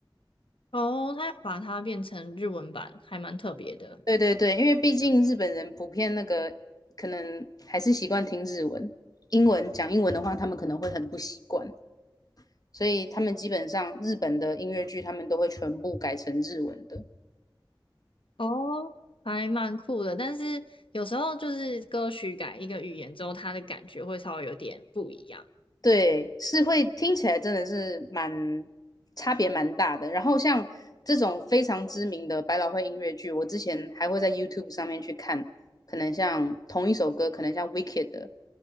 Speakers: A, on the left; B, on the left.
A: 哦，他要把它变成日文版，还蛮特别的。
B: 对对对，因为毕竟日本人普遍那个可能还是习惯听日文，英文讲英文的话，他们可能会很不习惯，所以他们基本上日本的音乐剧他们都会全部改成日文的。
A: 哦，还蛮酷的，但是有时候就是歌曲改一个语言之后，它的感觉会稍微有点不一样。
B: 对，是会听起来真的是蛮差别蛮大的。然后像这种非常知名的百老汇音乐剧，我之前还会在 YouTube 上面去看，可能像同一首歌，可能像 Wicked 的